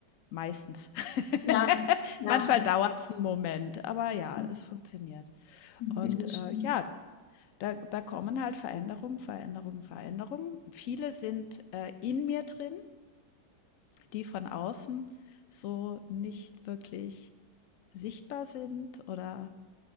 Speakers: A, on the left (about 60°); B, on the left (about 85°).
A: meistens.
B: Ja,
A: <laughs>
B: ja.
A: Manchmal dauert es einen Moment, aber ja,
B: Das
A: es funktioniert.
B: ist
A: Und
B: wieder schön.
A: äh, ja, da, da kommen halt Veränderungen, Veränderungen, Veränderungen. Viele sind äh, in mir drin, die von außen so nicht wirklich sichtbar sind oder